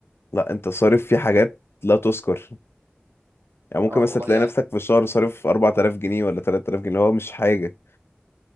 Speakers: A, on the left; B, on the right.
A: لا انت صارف فيه حاجات لا تذكر يعني ممكن
B: اه
A: مثلا
B: والله
A: تلاقي
B: يعني
A: نفسك في الشهر صارف 4000 جنيه ولا 3000 جنيه اللي هو مش حاجة